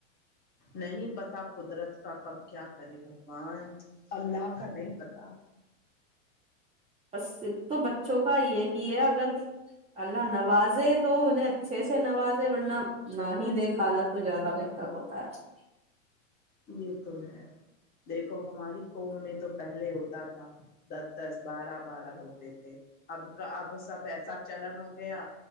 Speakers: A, on the left; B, on the right.
A: نہیں پتا قدرت کا کب کیا کرے بھگوان اللہ کا نہیں پتا
B: بس تو بچوں کا یہ ہی ہے اگر اللہ نوازے تو انہیں اچھے سے نوازے ورنہ نہ ہی دے حالات تو زیادہ بہتر ہوتا ہے
A: یہ تو ہے دیکھو ہماری قوم میں تو پہلے ہوتا تھا دس دس بارہ بارہ ہوتے تھے اب کا اب سب ایسا چلن ہو گیا